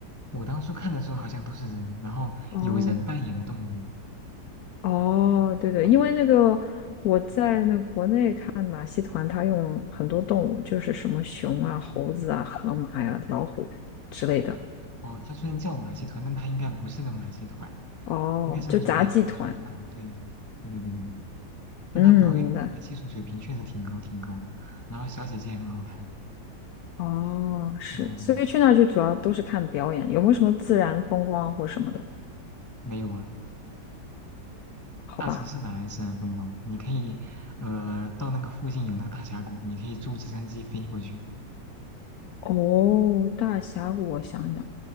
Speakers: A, on the left; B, on the left.
A: 我当初看的时候好像都是人，然后有人扮演的动物。
B: 哦，哦，对对，
A: 嗯，
B: 因为那个我在那个国内看马戏团，他用很多动物，就是什么熊啊、猴子啊、河马呀、老虎之类的。
A: 哦，它虽然叫马戏团，但它应该不是个马戏团，
B: 哦，
A: 应该是那种演演出团队。
B: 就杂技团。
A: 对对对对对。但她表演那个技术水平确实挺高挺高的，
B: 嗯，明白。
A: 然后小姐姐也很好看。
B: 哦，是，
A: 嗯，
B: 所以去那儿就主要都是看表演，有没有什么自然风光啊或什么的？
A: 没有啊，
B: 好吧。
A: 大城市哪来自然风光？你可以，呃，到那个附近有那个大峡谷，你可以坐直升机飞过去。
B: 哦，大峡谷，我想想。